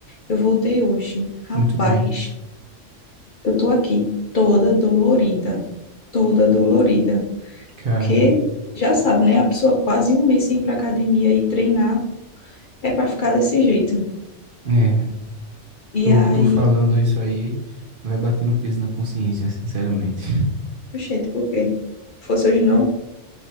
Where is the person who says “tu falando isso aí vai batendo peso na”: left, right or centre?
Right